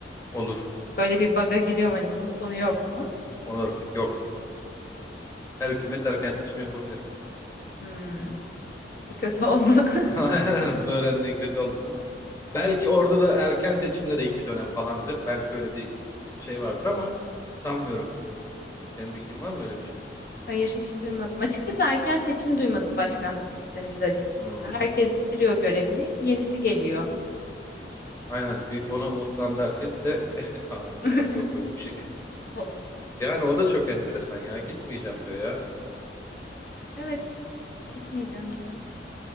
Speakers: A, on the left; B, on the left.
A: Olur,
B: Böyle bir baga giriyorum hani bunun sonu yok mu?
A: olur. Yok. Her hükümet erken seçim yapabilir.
B: Hmm, bu kötü oldu.
A: <laughs>
B: <laughs>
A: Aynen, Bunu öğrendiğin kötü oldu değil mi? Belki
B: Evet.
A: orada da erken seçimde de iki dönem falandır. Belki öyle bir şey vardır ama sanmıyorum. Senin bildiğin var mı öyle bir şey?
B: Hayır hiç duymadım. Açıkçası erken seçim duymadım başkanlık sisteminde açıkçası.
A: Hmm.
B: Herkes bitiriyor görevini, yenisi geliyor.
A: Aynen bir ona umutlandı herkes de <laughs> adam
B: <laughs>
A: dedi ki yok öyle bir şey. <laughs>
B: Olmayacak.
A: Yani o da çok enteresan ya gitmeyeceğim diyor ya.
B: Evet, gitmeyeceğim diyor.